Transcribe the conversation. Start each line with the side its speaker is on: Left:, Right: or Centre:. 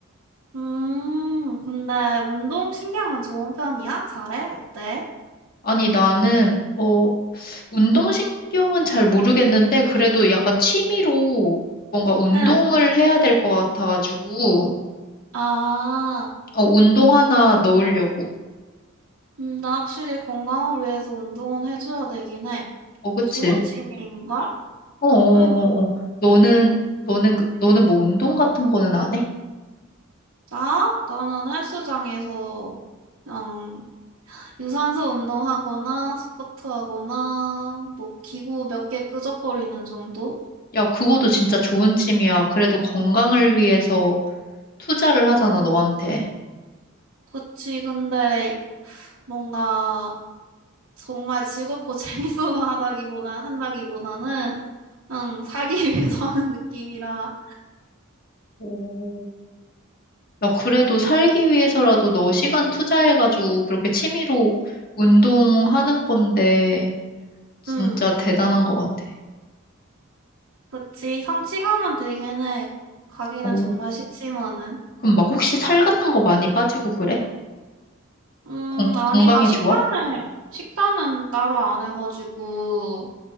Right: 음, 근데 운동 신경은 좋은 편이야? 잘해? 어때?
Left: 아니, 나는, 어, 운동신경은 잘 모르겠는데, 그래도 약간 취미로 뭔가 운동을
Right: 어, 응.
Left: 해야 될 것 같아가지고,
Right: 아,
Left: 어, 운동 하나 넣으려고.
Right: 음, 나 확실히 건강을 위해서 운동은 해줘야 되긴 해.
Left: 어, 그치?
Right: 좋은 취미인걸?
Left: 어, 어,
Right: 응.
Left: 어, 어. 너는, 너는, 그- 너는 뭐 운동 같은 거는 안 해?
Right: 나? 나는 헬스장에서 그냥 유산소 운동하거나 스쿼트 하거나 뭐 기구 몇 개 끄적거리는 정도?
Left: 야, 그거도 진짜 좋은 취미야. 그래도 건강을 위해서 투자를 하잖아, 너한테.
Right: 그치, 근데 뭔가 정말 즐겁고 <laughs> 재밌어서 하다기보다 한다기보다는 그냥 살기 <laughs> 위해서 하는 느낌이라.
Left: 오. 야, 그래도 살기 위해서라도 너 시간 투자해가지고 그렇게 취미로 운동하는 건데, 진짜
Right: 응,
Left: 대단한 것 같아.
Right: 그치. 성취감은 되긴 해. 가기는
Left: 오.
Right: 정말 싫지만은.
Left: 그럼 막 혹시 살 같은 거 많이 빠지고 그래?
Right: 음,
Left: 건,
Right: 아니,
Left: 건강에
Right: 나 식단을,
Left: 좋아?
Right: 식단은 따로 안 해가지고.